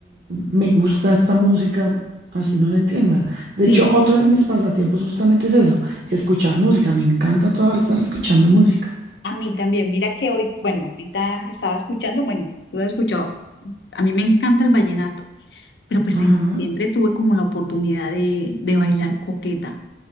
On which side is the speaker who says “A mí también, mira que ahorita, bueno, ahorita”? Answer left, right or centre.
Left